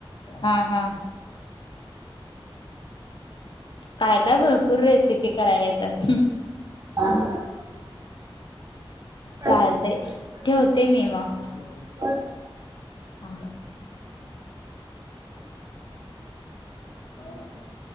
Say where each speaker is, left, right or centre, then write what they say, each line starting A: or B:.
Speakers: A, on the left; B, on the right.
A: हा हा. काय काय भरपूर रेसिपी करायला येतात.
B: <inaudible> प्रॅक्टिस
A: चालते
B: कसं करताय?
A: ठेवते मी मग.
B: बर
A: हा. ह <unintelligible>